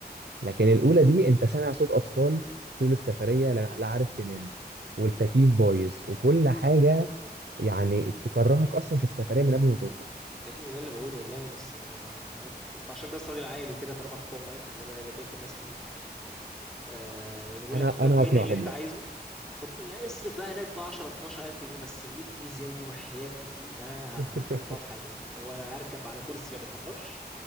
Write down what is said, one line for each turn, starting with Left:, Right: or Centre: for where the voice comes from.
Right: لكن الأولى دي أنت سامع صوت أطفال طول السفرية لا لا عارف تنام والتكييف بايظ وكل حاجة يعني تكرهك أصلا في السفرية من قبل ما توصل
Centre: يا ابني ما ده اللي بقوله والله بس يعني ما انا أنت عشان انت بس راجل عاقل وكده فانا بعرف اتفاهم معاك انما يعني بقيه الناس ايه آه يعني بيقول
Right: أنا
Centre: لك خد
Right: أنا
Centre: مني
Right: هقنعهم
Centre: اللي انت
Right: لك
Centre: عايزه خد يعني اصرف بقى هناك بقى 10 12 الف جنيه بس ال 100 جنيه زياده دي وحياتي ما
Right: <laughs>
Centre: هحطها في حاجه هو انا هركب على كرسي ما بيتحركش